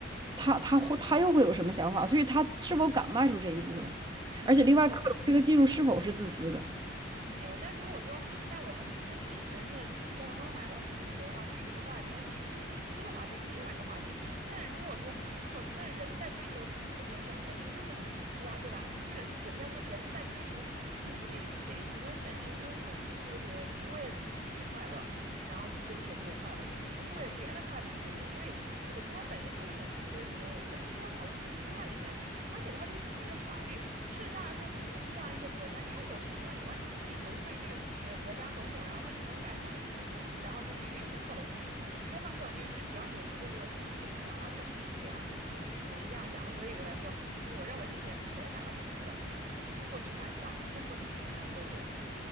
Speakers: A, on the right; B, on the right.
A: 他他会他又会有什么想法？所以他是否敢迈出这一步呢？
B: 嗯，
A: 而且另外，克隆这个技术是否是自私的？
B: 哎，但如果说，但我们那金钱是金钱能不能买到幸福的话，这是一个话题；但是是不是自私的话，这是另外一个话题。那如果说，如果说，但人在追求幸福这件事上本身就是很自私啊，对吧？就是也不要说人在追求幸福这这个行为本身就是一种自私的行为，你是为了你自己的快乐，然后去追求这些快乐，对吧？你不是为了别人的快乐去追求，所以这个行为本身就是一种自私的行为，我觉得不需要考虑自私在里面。而且的话，就是比如说法律。事实上来说，比如说像一些国家，你要有钱的话，你完全可以游说这个你的国家总统，然后为你更改法律，然后就是允许克隆，开放克隆，就就只要你有足够多的钱，能够影响到政坛这个样子。我是这样想的，所以我才说，就是我认为金钱是可以买到幸福的。如果你买不到，那说明你的钱还不够多。